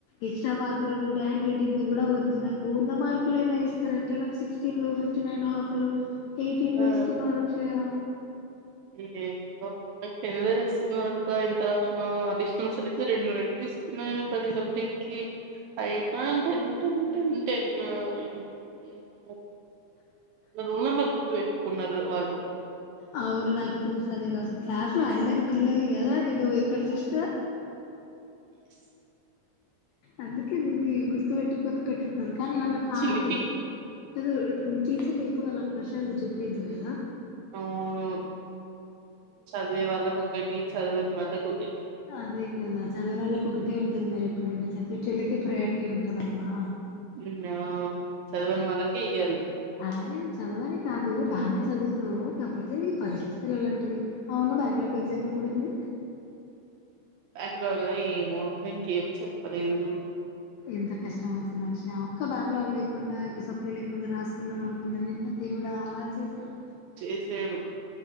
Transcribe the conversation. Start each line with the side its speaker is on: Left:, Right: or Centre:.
Left: ఎక్స్ట్రా మార్కులు గూడ హ్యాండ్రెటింగ్ కి గూడా వద్దు నాక్. ఊన్న మార్కులైనా ఏస్తిరంటే నాకు సిక్స్టీన్లు ఫిఫ్టీన్ అండ్ హాఫ్లు ఎయిటీన్లు
Right: ఆ
Left: ఇస్తున్నారక్షయా.
Right: అయ్యయ్యో నాక్ <unintelligible> అక్క ఎంత రాష్నా అడిషనల్సైతే రెండు రెండు తీస్కున్నా ప్రతి సబ్జెక్టి ఐనా టెన్ టెన్ టెన్ టెన్ను. <unintelligible> ని రోల్ నంబర్ గుర్తువె. కొన్నరు వాళ్ళు.
Left: ఔన్ నాకు తెలుస్ అది గాజులు. క్లాస్ లో అల్లరి పిల్లది గదా అది నువ్వెక్కడ జూష్నా.
Right: ఎస్
Left: అందుకే నిది గుర్తు వెట్టుకోని పెట్టుంటది కాని అలా కాదు.
Right: చిలిపి
Left: <unintelligible> టీచర్లు ఎప్పుడు అలా పార్షాల్టీ చూపీద్దు వేదా.
Right: అవును చదివే వాళ్ళకొక్కటి చదవన్ మందకొకెటి
Left: అదే కద చదువనోల్లకొ ఒకటే ఉంటది మరెప్పుడున్న చదువు చెళ్లికే ప్రియారిటీ ఉంటదా. మా
Right: ఉమ్ ఆ చదవన్ వాళ్లకి ఎయ్యాలి.
Left: అలానే నువ్వు చదవని కాదు బానే చదువుతవ్ కాపోతే నీక్. పరిస్థితులలాంటివి ఔను బ్యాక్లాగెగ్జామెప్. ఎప్పుడుంది
Right: బ్యాక్లాగా ఏమోక్క ఇంకేం చెప్పలేదూ.
Left: ఎంత కష్టమవ్తుందోచ్. ఆ ఒక్క బ్యాక్లాగ్ లేకుండా సప్లీ లేకుండా రాసుకుందాం అనుకున్న నిన్న, దేవుడాలా చేసాడు.
Right: చేశాడు